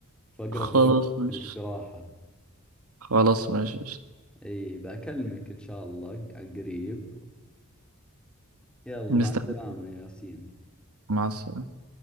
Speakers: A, in the centre; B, on the right.
A: في أقرب
B: خلاص
A: وقت في
B: ماشي
A: الاستراحة
B: خلاص ماشي
A: اي بكلمك ان شاء الله عن قريب يلا
B: مستني
A: مع السلامة يا ياسين
B: مع السلامة